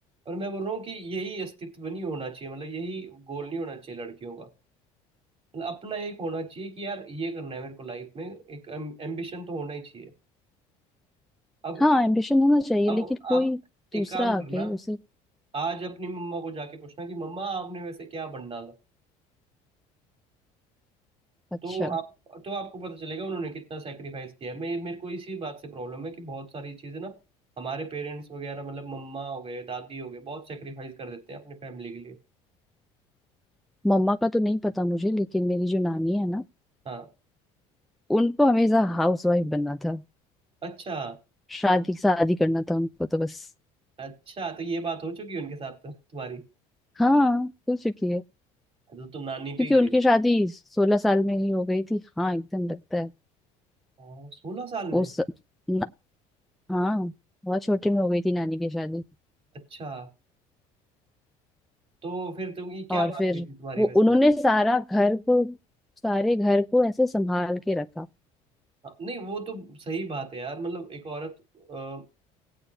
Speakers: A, on the right; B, in the centre.
A: पर मैं बोल रहा हूँ कि यही अस्तित्व नहीं होना चाहिए मतलब यही गोल नहीं होना चाहिए लड़कियों का मतलब अपना एक होना चाहिए कि यार ये करना है मेरे को लाइफ में एक एम्बिशन तो होना ही चाहिए अब
B: हाँ एम्बिशन होना चाहिए
A: अब
B: लेकिन कोई
A: आप
B: दूसरा
A: एक काम
B: आके
A: करना
B: उसे
A: आज अपनी मम्मा को जाके पूछना कि मम्मा आपने वैसे क्या बनना था
B: अच्छा
A: तो आप तो आपको पता चलेगा उन्होंने कितना सेक्रीफाइस किया है मैं मेरे को इसी बात से प्रॉब्लम है कि बहुत सारी चीज़ें ना हमारे पेरेंट्स वगैरह मतलब मम्मा हो गए दादी हो गए बहुत सेक्रीफाइस कर देते हैं अपनी फैमिली के लिए
B: मम्मा का तो नहीं पता मुझे लेकिन मेरी जो नानी है ना
A: हाँ
B: उनको हमेशा हाउस वाइफ बनना था
A: अच्छा
B: शादी शादी करना था उनको तो बस
A: अच्छा तो ये बात हो चुकी है उनके साथ तो तुम्हारी
B: हाँ हो चुकी है
A: तो तुम नानी
B: क्योंकि
A: पे ही
B: उनकी
A: गई थी
B: शादी सोलह साल में ही हो गई थी हाँ एकदम लगता है
A: हाँ सोलह साल में
B: वो स... न... हाँ बहुत छोटे में हो गई थी नानी की शादी
A: अच्छा तो फिर तुम ये क्या
B: और
A: बात
B: फिर
A: हुई थी तुम्हारी
B: वो
A: वैसे
B: उन्होंने
A: नानी
B: सारा घर को सारे घर को ऐसे संभाल के रखा
A: हाँ, नहीं वो तो सही बात है यार मतलब एक औरत पूरे